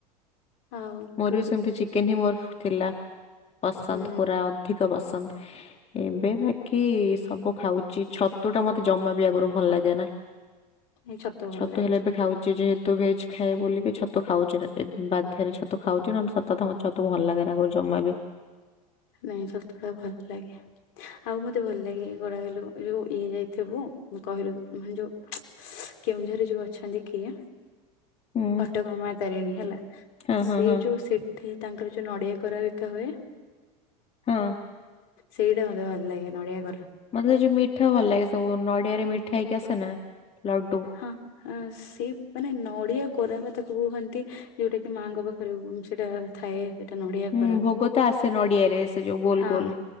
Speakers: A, on the left (about 60°); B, on the left (about 30°).
A: ଆଉ
B: ମୋରବି
A: କ
B: ସେମିତି ଚିକେନହିଁ ମୋର ଥିଲା ପସନ୍ଦ
A: ହୁଁ
B: ପୁରା ଅଧିକ ପସନ୍ଦ। ଏବେ ବାକି ସବୁ ଖାଉଚି ଛତୁଟା ମତେ ଜମାବି ଆଗୁରୁ ଭଲ ଲାଗେନା।
A: ଏ ଛତୁ ଭଲ
B: ଛତ
A: ଲାଗେ
B: ହେଲେ
A: ଛତୁ
B: ଏବେ ଖାଉଚି ଯେହେତୁ ଭେଜ୍ ଖାଏ ବୋଲକି ଛତୁ ଖାଉଚି ବାଧ୍ୟରେ ଛ ତୁ ଖାଉଚି ନହେଲେ ସତକଥା ମତେ ଛତୁ ଭଲ ଲାଗେନା ମୁ ଜମାବି
A: ନାଇଁ ଛତୁଟା ଭଲ ଲାଗେ। ଆଉ ମତେ ଭଲ ଲାଗେ କଡ କଲୁ ଯୋଉ ଇଏ ଯାଇଥିବୁ କହିଲୁ ଯୋଉ କେଉଁଝରେ ଯୋଉ ଅଛନ୍ତି କିଏ?
B: ହୁଁ
A: ଘଟଗାଁ ମା ତାରିଣୀ ହେଲା
B: ହଁ
A: ସିଏ
B: ହଁ ହଁ
A: ଯୋଉ ସେ ଠି ତାଙ୍କର ଯୋଉ ନଡ଼ିଆ କୋରା ବିକା ହୁଏ।
B: ହଁ।
A: ସେଇଟା ମତେ ଭଲ ଲାଗେ ନଡ଼ିଆ କୋରା।
B: ମତେ ସେଯୋଉ ମିଠା ଭଲ ଲାଗେ ସବୁ ନଡ଼ିଆରେ ମିଠା ହେଇକି ଆସେନା ଲଡୁ।
A: ହଁ ଅଁ ସେଇ ମାନେ ନଡ଼ିଆ କୋରାବା ତାକୁ କୁହନ୍ତି ଯୋଉଟାକି ମାଙ୍କ ପା ଖରୁ ସେଟା ଥାଏ। ସେଟା ନଡ଼ିଆ
B: ହୁଁ
A: କୋରା
B: ଭୋଗ ତ ଆସେ ନଡିଆରେ ସେ ଯୋଉ ଗୋଲ
A: ହଁ
B: ଗୋଲ